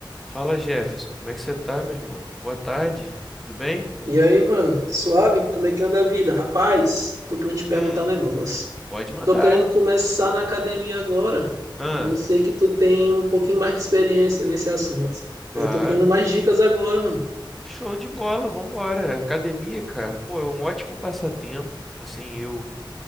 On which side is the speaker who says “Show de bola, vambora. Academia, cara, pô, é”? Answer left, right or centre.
Centre